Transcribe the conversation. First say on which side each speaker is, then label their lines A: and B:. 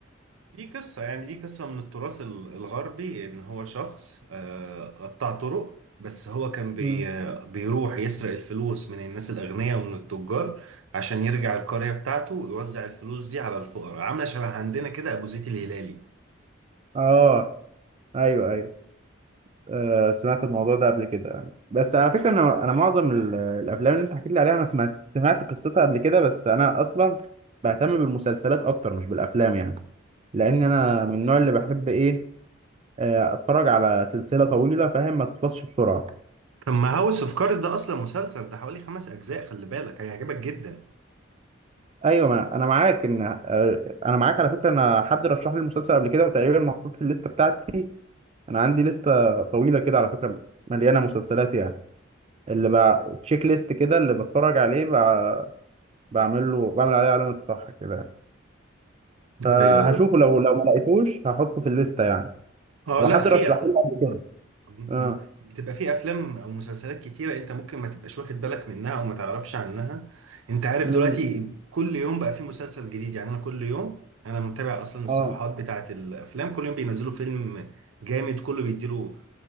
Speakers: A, on the right; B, on the right.
A: دي قصة يعني دي قصة من التراث ال- الغربي إن هو شخص آه، قطع طرق بس هو كان بي
B: مم.
A: آه، بيروح يسرق الفلوس من الناس الأغنياء ومن التجار عشان يرجع القرية بتاعته ويوزع الفلوس دي على الفقراء عاملة شبه عندنا كده أبو زيد الهلالي
B: اه ايوه ايوه آه سمعت الموضوع ده قبل كده بس على فكرة انا انا معظم ال- الافلام اللي انت حكيت لي عليها انا سمعت سمعت قصتها قبل كده بس انا اصلا بهتم بالمسلسلات اكتر مش بالافلام يعني لان انا من النوع اللي بحب ايه آه اتفرج على سلسلة طويلة فاهم ما تخلصش بسرعة
A: طب ما هاوس اوف كارد ده أصلا مسلسل ده حوالي خمس أجزاء خلي بالك هيعجبك جدا
B: ايوه ما انا معاك ان آه انا معاك على فكرة انا حد رشح لي المسلسل قبل كده وتقريبا محطوط في الليستة بتاعتي انا عندي لستة طويلة كده على فكرة مليانة مسلسلات يعني اللي بقى تشيك ليست كده اللي بتفرج عليه بقى بعمل له بعمل عليه علامة صح كده يعني. فهشوفه
A: ايوه
B: لو لو ما لقيتوش هحطه في الليستة يعني
A: اه
B: او
A: لا
B: حد
A: في
B: رشحه لي قبل كده
A: م-
B: اه
A: م. بتبقى في افلام او مسلسلات كتيره انت ممكن ما تبقاش واخد بالك منها او ما تعرفش عنها انت عارف
B: امم
A: دلوقتي كل يوم بقى في مسلسل جديد يعني انا كل يوم انا متابع اصلا الصفحات
B: اه
A: بتاعه الافلام كل يوم بينزلوا فيلم جامد كله بيديله